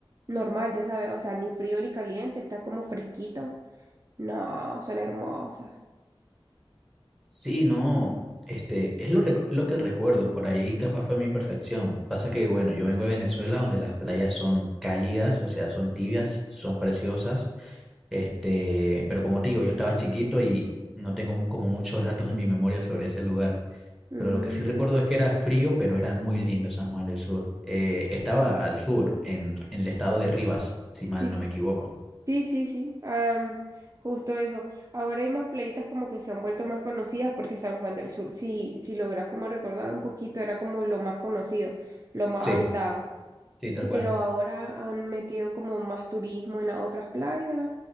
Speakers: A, on the right; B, in the centre.
A: normal, ya sabes, o sea, ni frío ni caliente, está como fresquito. No, son hermosas.
B: Sí, no, este, es lo, recu- lo que recuerdo, por ahí capaz fue mi percepción. Pasa que, bueno, yo vengo de Venezuela donde las playas son cálidas, o sea, son tibias, son preciosas, este, pero como te digo, yo estaba chiquito y no tengo mu- como muchos datos en mi memoria sobre ese lugar.
A: Mm,
B: Pero lo que sí recuerdo es que era frío, pero era muy lindo San Juan del Sur. Eh, estaba al sur, en, en el estado de Rivas, si mal
A: sí,
B: no me equivoco.
A: sí, sí, sí, am, justo eso. Ahora hay más playitas como que se han vuelto más conocidas porque San Juan del Sur, si, si logras como recordar un poquito, era como lo más conocido, lo más
B: Sí,
A: habitado.
B: sí, tal cual.
A: pero ahora han metido como más turismo en las otras playas